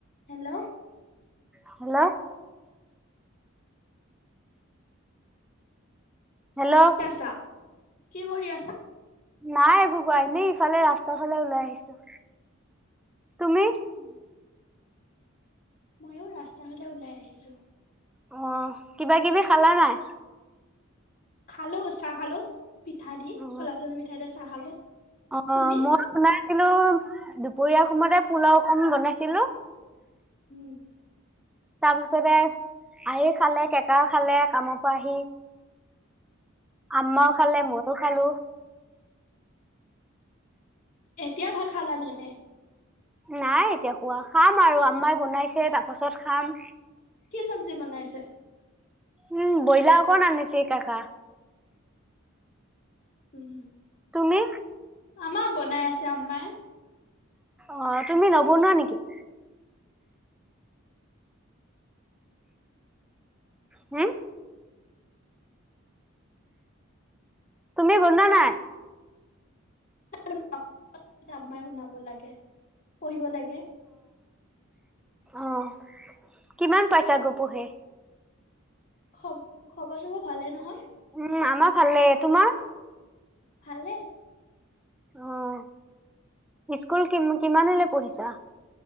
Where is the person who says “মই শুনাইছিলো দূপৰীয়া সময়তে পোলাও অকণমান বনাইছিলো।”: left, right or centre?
Centre